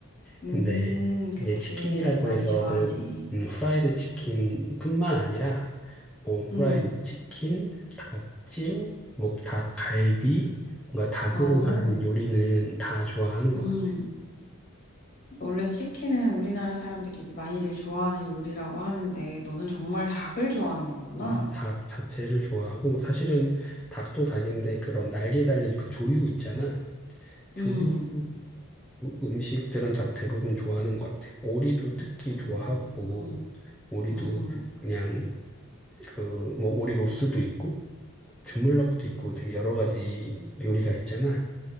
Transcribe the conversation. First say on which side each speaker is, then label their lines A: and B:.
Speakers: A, on the left; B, in the centre.
A: 음,
B: 근데
A: 그치.
B: 이게 치킨이라고
A: 많이
B: 해서
A: 좋아하지.
B: 그런 음, 후라이드 치킨뿐만 아니라 뭐 후라이드
A: 음,
B: 치킨, 닭찜, 뭐 닭갈비, 뭔가 닭으로
A: 어,
B: 한 요리는 다 좋아하는 것
A: 음.
B: 같아.
A: 원래 치킨은 우리나라 사람들이 많이들 좋아하는 요리라고 하는데, 너는 정말 닭을 좋아하는 거구나.
B: 음, 닭 자체를 좋아하고 사실은 닭도 닭인데 그런 날개 달린 그 조류 있잖아. 조류
A: 음,
B: 음식들은 다 대부분 좋아하는 것 같아. 오리도 특히
A: 음.
B: 좋아하고 오리도
A: 음,
B: 그냥 그 뭐 오리 로스도 있고 주물럭도 있고 되게 여러 가지 요리가 있잖아.